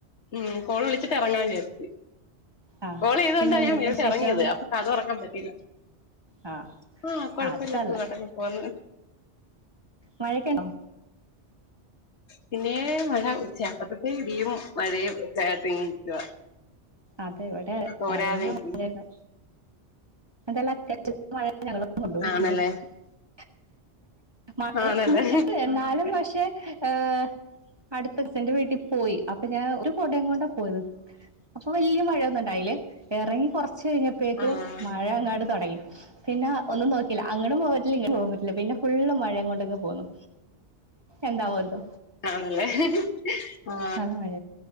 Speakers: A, on the left; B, on the right.
A: ഉം കോൾ വിളിച്ചിട്ട് ഇറങ്ങാന്ന് വിചാരിച്ചു
B: ആ
A: കോൾ ചെയ്ത്
B: പിന്നെ
A: കൊണ്ടാ ഞാൻ
B: എന്തൊക്കെയാണ്
A: ഇങ്ങോട്ട്
B: വിശേഷം
A: ഇറങ്ങിയത് അപ്പൊ കതക് തുറക്കാൻ പറ്റിയില്ല
B: ആ
A: ആ കൊഴപ്പില്ല
B: അത് സാരല്ല
A: സുഖമായിട്ടൊക്കെ പോവ്ന്ന്
B: മഴയൊക്കെ ഉണ്ടോ
A: പിന്നെ മഴ ഉച്ചയാക്കുമ്പഴതേക്കും ഇടിയും മഴയും ഒക്കെയായിട്ട് ഇങ്ങനെ നിക്കുവാ
B: അതെ ഇവിടെ
A: തോരാതെ
B: നല്ല
A: നിക്കുന്നു
B: മഴയുണ്ട് അതെല്ല <unintelligible> കേരള കൊണ്ടുന്ന്
A: ആണല്ലേ
B: <unintelligible> മഴ
A: ആണല്ലേ
B: ഉണ്ട് എന്നാലും പക്ഷെ ഏ അടുത്തച്ഛന്റെ വീട്ടിൽ പോയി അപ്പൊ ഞാൻ ഒരു കോടേം കൊണ്ടാ പോയത് അപ്പൊ വലിയ മഴയൊന്നും ഇണ്ടായില്ലേ എറങ്ങി കുറചു ച്ചു കഴിഞ്ഞപ്പേക്കും
A: ആഹ്
B: മഴങ്ങട് തൊടങ്ങി പിന്നെ ഒന്നും നോക്കില്ല അങ്ങടും പോവാൻ പറ്റില്ല ഇങ്ങടും പോകാൻ പറ്റില്ല പിന്നെ ഫുള്ള് മഴയും കൊണ്ടിങ് പോന്നു എന്താവോ എന്തോ
A: ആണല്ലേ ആ
B: നല്ല മഴ